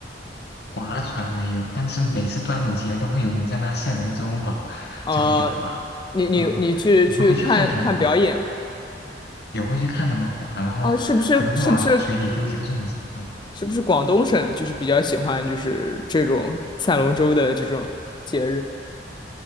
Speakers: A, on the left; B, on the left.
A: 划船没有，但是每次端午节都会有人在那赛龙舟嘛，
B: 呃，
A: 就会去划。
B: 你你你去去看看表演的
A: 嗯，我会去看他们划，也会去看他们划，然后可能会往水里丢几个粽子。
B: 啊，是不是是不是
A: 嗯
B: 是不是广东省就是比较喜欢就是这种赛龙舟的这种节日？